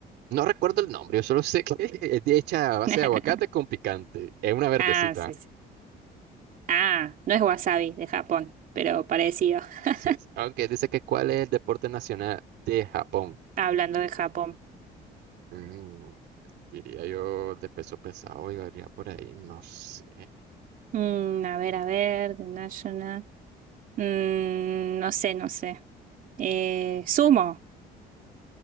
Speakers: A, on the right; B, on the right.
A: No recuerdo el nombre, yo solo sé que <laughs> es de hecha a base
B: <laughs>
A: de aguacate con picante. Es una verdecita.
B: Ah, sí, sí. Ah, no es wasabi de Japón, pero parecido. <laughs>
A: Sí, aunque dice que cuál es el deporte nacional de Japón.
B: Hablando de Japón.
A: Mm, diría yo de peso pesado y varía por ahí, no sé.
B: Mm, a ver, a ver, The National. Mm, no sé, no sé. Eh, sumo.